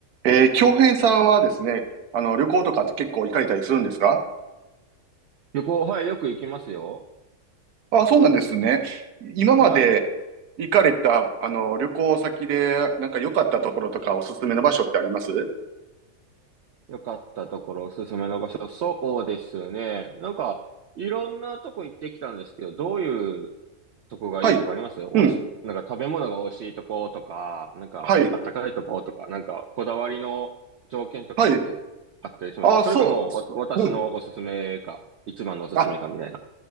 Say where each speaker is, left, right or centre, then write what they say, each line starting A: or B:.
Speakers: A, on the right; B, on the right.
A: えー、京平さんはですね、あの、旅行とかって結構行かれたりするんですか
B: 旅行、はい、よく行きますよ。
A: あ、そうなんですね。今まで
B: はい。
A: 行かれた、あの、旅行先で、なんか良かったところとかおすすめの場所ってあります
B: よかったところ、おすすめの場所。そうですね。なんか、いろんなとこ行ってきたんですけど、どういうとこがいいとかありますおいし、
A: はい。うん。
B: なんか食べ物が美味しいとことか、なんか、
A: はい。
B: あったかいとことか、なんか、こだわりの条件とかってあったりしますそれかもう、
A: はい。あ、そう、そう。
B: わ私のおすすめか、
A: うん。
B: 一番のおすすめかみたいな。
A: あ、